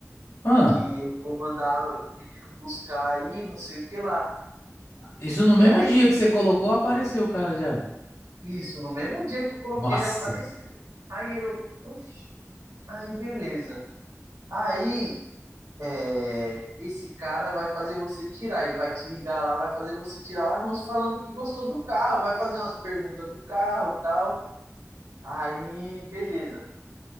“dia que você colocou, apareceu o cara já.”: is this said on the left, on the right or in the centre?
Left